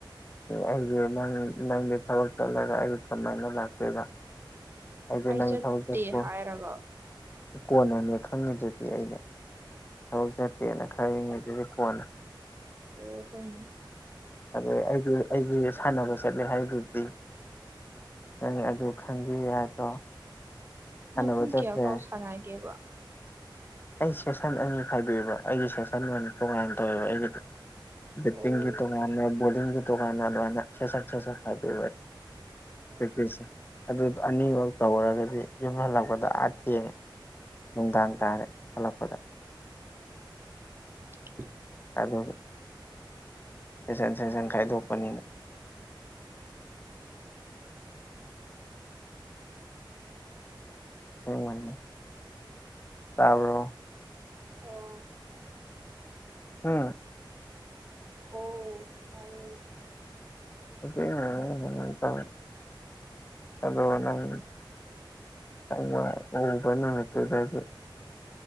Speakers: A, on the left; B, on the right.
A: ꯑꯩꯁ ꯅꯪ ꯅꯪꯒꯤ ꯊꯕꯛ ꯆꯠꯂꯒ ꯑꯩ ꯀꯃꯥꯏꯅ ꯂꯥꯛꯇꯣꯏꯔ ꯑꯩꯗꯤ
B: ꯑꯩ
A: ꯅꯪ
B: ꯆꯠꯇꯦ
A: ꯊꯖꯤꯦꯄꯨ
B: ꯍꯥꯏꯔꯒ
A: ꯀꯣꯟꯅꯅꯦ ꯈꯪꯉꯤꯗꯨꯗꯤ ꯑꯩꯩꯅ ꯊꯕꯛ ꯆꯠꯇꯦꯅ ꯈꯔ ꯍꯡꯉꯤꯁꯤꯗꯤ ꯀꯣꯟꯅ
B: ꯑꯣ ꯍꯣꯏꯅꯦ
A: ꯑ ꯑꯩꯒꯤ ꯑꯩꯒꯤ ꯁꯥꯟꯅꯕ ꯆꯠꯂꯦ ꯍꯥꯏꯗꯨꯗꯤ ꯅ ꯑꯗꯨ ꯈꯪꯕꯤ ꯍꯥꯏꯗ꯭ꯔꯣ
B: ꯅꯪ
A: ꯁꯥꯟꯅꯕ
B: ꯄꯨꯡ
A: ꯆꯠꯇ꯭ꯔꯦ
B: ꯀꯌꯥ ꯐꯥꯎ ꯁꯥꯟꯅꯒꯦꯕ
A: ꯑꯩ ꯁꯦꯁꯟ ꯑꯅꯤ ꯈꯥꯏꯕꯤꯕ ꯑꯩꯒꯤ ꯁꯦꯁꯟ ꯑꯣꯏꯅ ꯇꯣꯉꯥꯏꯅ ꯇꯧꯋꯦꯕ ꯑꯩꯒꯤꯗꯤ ꯕꯇꯤꯡꯒꯤ
B: ꯑꯣ
A: ꯇ ꯀꯥꯟ ꯣꯒꯤ ꯇ ꯀꯥꯟ ꯑꯗꯨꯦꯦ ꯈꯥꯏꯗꯦ
B: ꯑꯣ
A: ꯄꯔꯛꯇꯤꯁ ꯑꯗꯨꯗꯣ ꯑꯅꯤꯃꯛ ꯇꯧꯔꯒꯗꯤ ꯌꯨꯝ ꯍꯜꯂꯛꯄꯗ ꯑꯥ ꯊꯦꯡꯉꯦ ꯅꯨꯡꯗꯥꯡ ꯇꯥꯔꯦ ꯍꯜꯂꯛꯄꯗ
B: <inaudible>
A: ꯑꯗꯨꯒꯤ ꯁꯦꯁꯟ ꯁꯦꯁꯟ ꯈꯥꯏꯗꯣꯛꯄꯅꯤꯅ ꯑꯁꯦꯡꯕꯩꯅꯤ ꯇꯥꯕ꯭ꯔꯣ
B: ꯑꯣ
A: ꯍꯥ
B: ꯑꯣ ꯇꯥꯏꯌꯦ
A: ꯑꯩꯈꯣꯏ ꯏꯃꯟꯅꯕꯅ ꯁꯨꯃꯥꯏ ꯁꯨꯃꯥꯏ ꯇꯧꯏ ꯑꯗꯨꯒ ꯅꯪ ꯑꯩꯅ ꯅꯪ ꯎꯕ ꯅꯨꯃꯤꯠꯇꯨꯗꯒꯤ